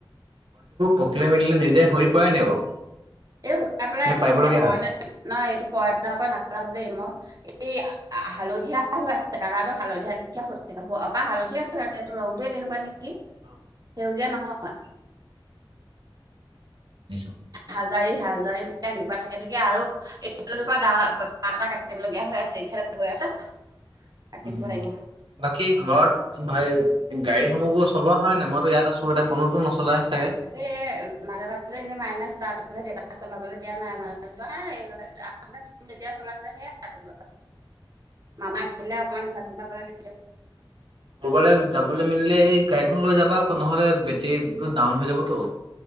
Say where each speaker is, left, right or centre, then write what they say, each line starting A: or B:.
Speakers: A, on the right; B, on the right.
A: পকিলে মেলিলে নিজে সৰি পৰে নেকি বাৰু?
B: এই শুকাই পেলাই
A: নে
B: এইটো
A: পাৰিবলগীয়া
B: নিজে পৰে
A: হয়?
B: নে নপৰে নাজানো দেই মই। এই হালধীয়া হৈ আছে কালাৰটো হালধীয়া হালধীয়া হয় আছে হৈ আছে এইটো ৰং টোৱেই তেনেকুৱা নেকি?
A: অ'।
B: সেউজীয়া নহয়।
A: বুজিছোঁ
B: হাজাৰী, হাজাৰী বিলাক এনেকুৱা থাকে নেকি আৰু এই ফাল পৰা দা পাত এটা কাটি দিব লগীয়া হৈ আছে ইফাল গৈ আছে। কাটিব
A: উম,
B: লাগিব
A: বাকী ঘৰত ভাই গাড়ীসমূহ বোৰ চলোৱা হয় নাই? মইতো ইয়াত আছোঁ, এতিয়া কোনোতো নচলাই চাগে।
B: এ মাজে মাজে এনেই মাইনাছ ষ্টাৰ্টতোহে দিয়ে তাক চলাবলৈ দিয়া নাই <unintelligible> যেতিয়া চলাইছিলে সেয়াই আৰু চলোৱা। মামা আহিলে অকমান ইফাল সিফাল কৰে কেত
A: ক'ৰবালে যাবলে মেলিলে এই গাড়ীখন লৈ যাবা আকৌ নহলে বেটেৰীটো ডাউন হৈ যাবতো।